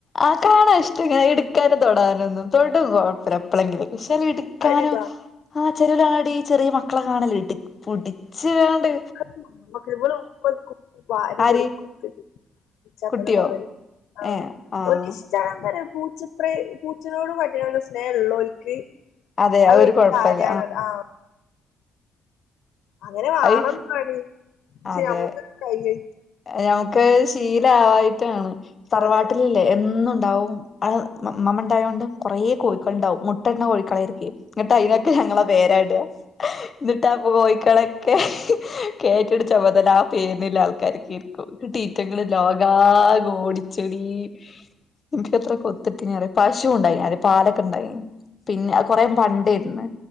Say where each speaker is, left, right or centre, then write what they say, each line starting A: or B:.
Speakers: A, on the left; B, on the left.
A: ആഹ് കാണാ ഇഷ്ടങ്ങനെ ഇട് ഒന്ന് തൊടാനൊന്നും തൊടും കൊഴപ്പല്ല എപ്പോഴെങ്കിലും പക്ഷെ അത്‌ടുക്കാനോ
B: ഒരിതാ
A: ആഹ് ചെലര് കാണടി ചെറിയ മക്കളെ കാണല്ലേ ഇട്ട് പിടിച്ചുകാണ്ട്
B: <unintelligible> വാരി
A: ആര്
B: കൊടുക്കും ഇച്ചപ്പന
A: കുട്ടിയോ
B: മോളായി ആഹ്
A: ഏഹ് ആഹ്
B: ഓൽക്കിഷ് എന്താ പറിയ പൂച്ചത്രയും പൂച്ചനോടും പട്ടിയോടും സ്നേഹള്ളോര്ക്ക്
A: അതെ അത്
B: അഹ് വല്ല്യ
A: ഒരു കൊഴപ്പല്ല
B: കാര്യണ് ആഹ് അങ്ങനെ വാണംന്താണ്
A: അത്
B: പക്ഷേ
A: അതെ
B: നമുക്ക് കൈയ്
A: ഞമുക്ക് അത് ശീല ആവായിട്ടാണ് തറവാട്ടിലല്ലേ
B: അതെ
A: എന്നുണ്ടാവും അത് ഇമ്മമ്മണ്ടായോണ്ട് കൊറേ കോഴിക്കള്ണ്ടാവും മുട്ടെട്ണ കോഴികളായിരിക്ക എന്നിട്ട് അതിനൊക്കെ ഞങ്ങള പേരാ ഇടാ എന്നിട്ടാ കോഴിക്കളൊക്കെ കേറ്റിട ചുമതല ആ പേരിനുള്ള ആൾക്കാര്കേരിക്കും എന്നിടീറ്റങ്ങൾ ലോകാക ഓടി ചെടിക്ക്ത്രകൊട്ത്തിട്ടിനിയറിയോ പശു ഉണ്ടായി ആദ്യം പാൽ ഒക്കണ്ടായിനി പിന്നെ അഹ് കൊറെ പണ്ടേര്ന്ന്